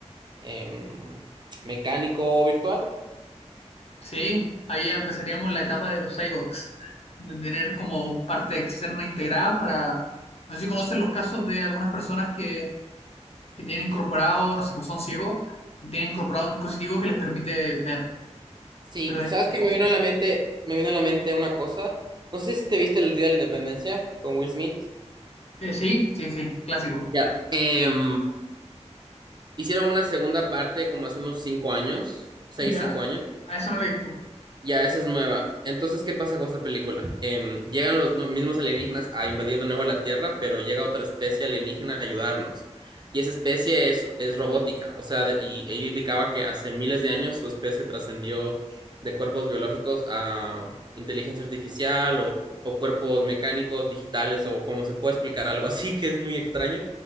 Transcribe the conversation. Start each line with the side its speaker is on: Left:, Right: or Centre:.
Right: em, mecánico o virtual.
Left: sí, ahí ya empezaríamos la etapa de los cyborgs, de tener como parte externa integrada para... No sé si conocen los casos de algunas personas que que tienen incorporado, no sé, pues son ciegos y tienen incorporado un dispositivo que les permite ver.
Right: Sí,
Left: Pero es,
Right: ¿Sabes
Left: es
Right: qué
Left: como,
Right: me vino a la mente? Me vino a la mente una cosa. No sé si te viste el Día de la Independencia con Will Smith.
Left: eh, sí, sí, sí, clásico.
Right: ya. Em, hicieron una segunda parte como hace unos cinco años, seis,
Left: Ya,
Right: cinco años.
Left: a eso no lo he visto. <laughs>
Right: Ya, esa es nueva. Entonces, ¿qué pasa con esta película? Em, llegan los nu- mismos alienígenas a invadir de nuevo la Tierra, pero llega otra especie alienígena a ayudarnos. Y esa especie es, es robótica, o sea, de- y ella indicaba que hace miles de años su especie trascendió de cuerpos biológicos a inteligencia artificial o, o cuerpos mecánicos, digitales, o como se puede explicar algo así, <laughs> que es muy extraño,